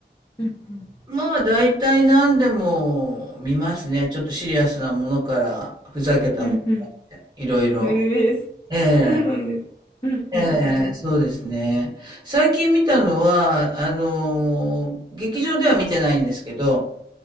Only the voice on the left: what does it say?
うん、うん、
うん。
ええそうなんです。
うん、
うん、うん。